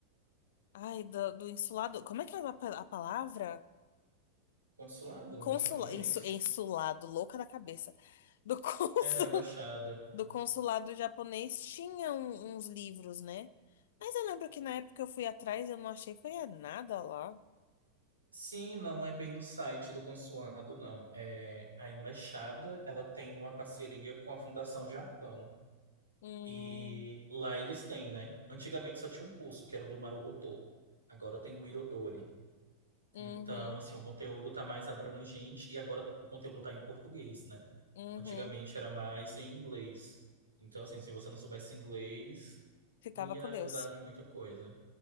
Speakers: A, on the left; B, on the right.
A: Ai, do, do insulado. Como é que é a, pa- a palavra?
B: Consulado
A: Consulado.
B: japonês?
A: Insulado, louca da cabeça. Do consul,
B: É, da embaixada.
A: <laughs> do consulado japonês tinha um- uns livros, né? Mas eu lembro que na época eu fui atrás e eu não achei, foi é nada lá.
B: Sim, não é bem no site do consulado, não. É, a embaixada, ela tem uma parceria com a Fundação Japão.
A: Hum,
B: E lá eles têm, né? Antigamente só tinha um curso, que era o do Marugoto. Agora tem o Irodori.
A: uhum,
B: Então, assim, o conteúdo tá mais abrangente e agora o conteúdo tá em português, né?
A: uhum.
B: Antigamente era mais em inglês. Então, assim, se você não soubesse inglês,
A: Ficava
B: não ia
A: com Deus.
B: ajudar de muita coisa.